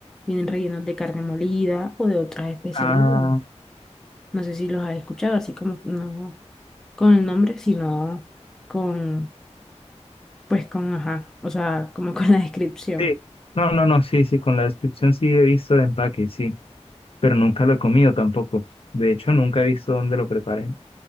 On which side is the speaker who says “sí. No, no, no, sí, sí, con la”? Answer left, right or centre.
Left